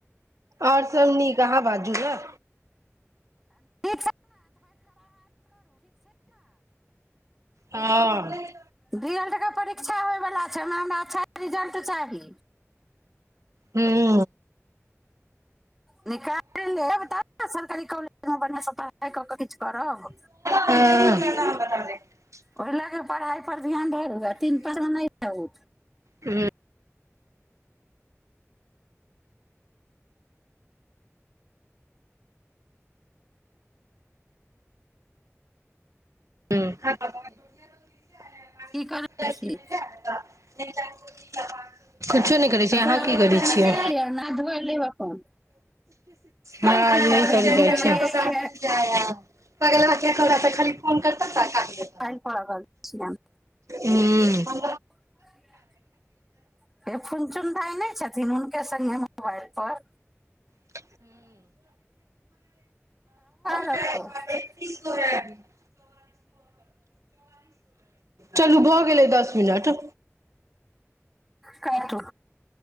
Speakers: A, on the right (about 85°); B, in the centre.
A: और सब नीक अहाँ बाजू न।
B: । <unintelligible>
A: हँ
B: डी एल्ड क परीक्षा होइवला छैय, ओइ म हमरा अच्छा रिजल्ट चाही।
A: हूँ।
B: निकाल लेब तब ने सरकारी कॉलेजमे बढ़िआँ स पढ़ाइ कऽ -कऽ किछ करब।
A: <inaudible>
B: ओहि लऽ कऽ पढ़ाइ पर ध्यान धरू तीन पस नहि रहू।
A: हूँ। <unintelligible> <unintelligible>
B: की करै छी
A: कुछो ने करै छियै
B: कपड़ा
A: अहाँ
B: उपड़ा
A: की करै छियै।
B: निकालि लिअ ना धोइ लेब अपन हम
A: हाँ
B: की करबै
A: यही करै
B: हमरा
A: जाइ छैय।
B: एहि
A: । <unintelligible>
B: नाइन परहल रहल छीयन
A: ह्मु
B: <inaudible> हेए फुन चुन भाय ने छथिन हुनके संगे मोबाइल पर।
A: ।
B: <unintelligible>
A: <inaudible> <unintelligible> चलू भऽ गेलै दस मिनट।
B: काटू।